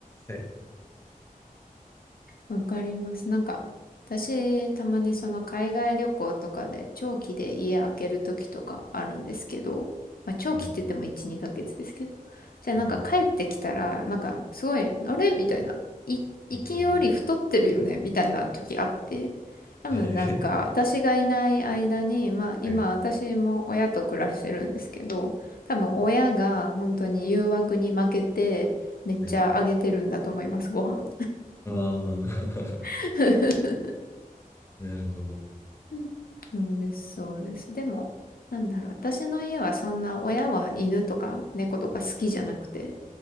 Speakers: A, on the left (about 15°); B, on the left (about 80°).
A: はい。
B: わかります。なんか、私、たまにその海外旅行とかで長期で家開ける時とかあるんですけど、まあ長期って言っても1、
A: はい。
B: 2ヶ月ですけど。じゃあなんか帰ってきたら、
A: はい。
B: なんかすごい、あれみたいな。い、行きより太ってるよねみたいな時あって。
A: うん
B: 多分なんか私がいない間に、
A: いえいえ
B: まあ今私も親と暮らしてるんですけど、
A: はい。
B: 多分親が本当に誘惑に負けてめっちゃあげてるんだと思います、
A: はい。
B: ご飯。
A: ああー、
B: <laughs>
A: <laughs> なるほど。
B: うんそうです、そうです。でも、なんだろう、私の家はそんな親は犬とか猫とか好きじゃなくて、